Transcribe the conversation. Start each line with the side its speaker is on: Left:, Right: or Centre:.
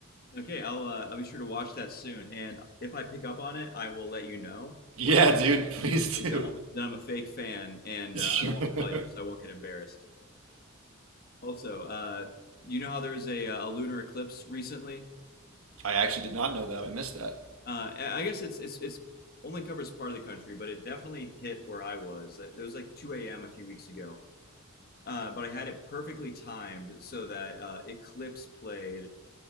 Left: Okay, I'll uh, I'll be sure to watch that soon, and if I pick up on it, I will let you know.
Right: Yeah, dude, please
Left: If
Right: do.
Left: I don't, then I'm a fake fan, and
Right: <laughs>
Left: uh, I won't tell you, so I won't get embarrassed. Also, uh, you know how there was a uh, a lunar eclipse recently?
Right: I actually did not know that. I missed that.
Left: Uh, I I guess it's it's it's only covers part of the country, but it definitely hit where I was. It was like 2 a.m. a few weeks ago Uh, but I had it perfectly timed so that uh, Eclipse played